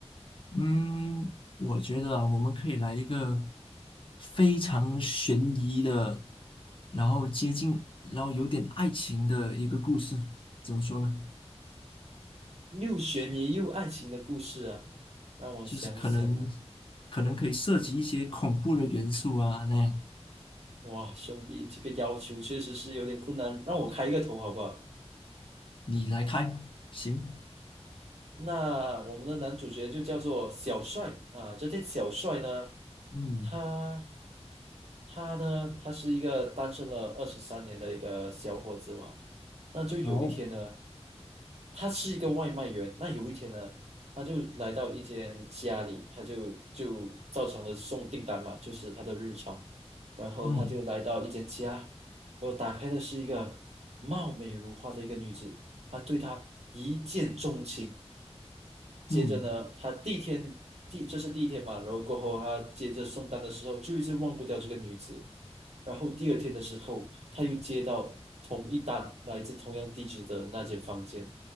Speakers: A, on the left; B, on the right.
A: 嗯，我觉得啊，我们可以来一个非常悬疑的，然后接近，然后有点爱情的一个故事。怎么说呢？
B: 又悬疑又爱情的故事啊，让我想想啊，
A: 就是可能可能可以涉及一些恐怖的元素啊，那样。
B: 哇，兄弟，这个要求确实是有点困难，让我开一个头好不好？
A: 你来开，行。
B: 那我们的男主角就叫做小帅啊，这天小帅呢，
A: 嗯，
B: 他他呢，他是一个单身了二十三年的一个小伙子嘛，那就有一天呢，
A: 好，
B: 他是一个外卖员，那有一天呢，他就来到一间家里，他就就照常的送订单嘛，就是他的日常，然后他就来到一间家，
A: 嗯
B: 然后打开的是一个貌美如花的一个女子。他对她一见钟情，接着呢，
A: 嗯，
B: 他第一天第这是第一天嘛，然后过后他接着送单的时候就一直忘不掉这个女子，然后第二天的时候他又接到同一单来自同样地址的那间房间，